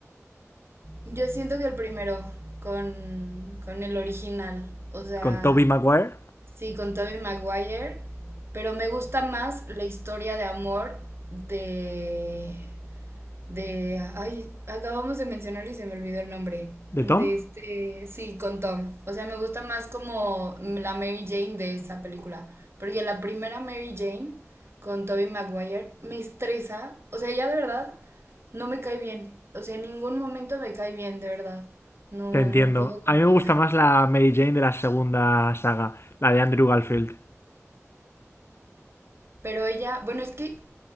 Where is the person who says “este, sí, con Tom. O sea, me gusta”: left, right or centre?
Right